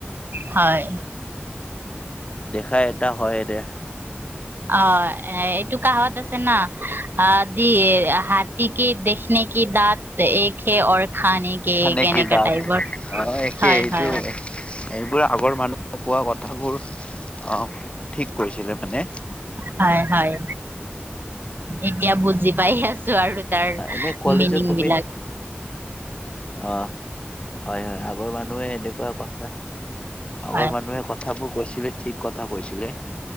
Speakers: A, on the right (about 55°); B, on the left (about 30°).
A: হয়।
B: দেখা এটা হয়নে?
A: অ। এ এইটো কাহত আছে না আ দি হথী কে দেখনে কি দাঁত এক হে খানে কি
B: খানেক
A: এক এনেকা
B: দ অ
A: টাইপৰ
B: একে সেইটো
A: হয় হয়
B: এইেইবোৰ আগৰ মানুহ কোৱা কথাবোৰ আহ ঠিক কৈছিলে মানে!
A: হয় হয় এতিয়া বুজি পাই আছো আৰু তাৰ
B: এনে কলেজত
A: মিনিং
B: তুমি
A: বিলাক।
B: অ। হয় হয় আগৰ মানুহে এনেকুৱা কথা ত <unintelligible> আগৰ
A: হয়
B: মানুহে কথাবোৰ কৈছে। ঠিক কথা কৈছিলে!